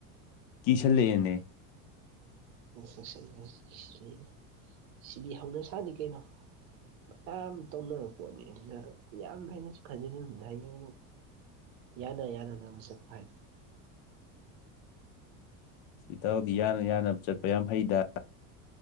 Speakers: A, on the left; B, on the right.
A: ꯀꯤꯁꯜꯂꯛꯑꯦꯅꯦ
B: <unintelligible> ꯁꯤꯗꯤ ꯍꯧꯅ ꯁꯥꯅꯤ ꯀꯩꯅꯣ ꯃꯌꯥꯝ ꯇꯧꯅꯕ ꯄꯣꯠꯅꯤ ꯑꯗꯨꯅ ꯌꯥꯝ ꯍꯦꯟꯅꯁꯨ ꯈꯖꯤꯟꯂꯨꯅꯨ ꯍꯌꯦꯡ ꯌꯥꯅ ꯌꯥꯅꯅꯕ ꯆꯠꯄ ꯍꯥꯏ
A: ꯏꯇꯥꯎꯗꯤ ꯌꯥꯅ - ꯌꯥꯅꯕ ꯆꯠꯄ ꯌꯥꯝ ꯍꯩꯗ꯫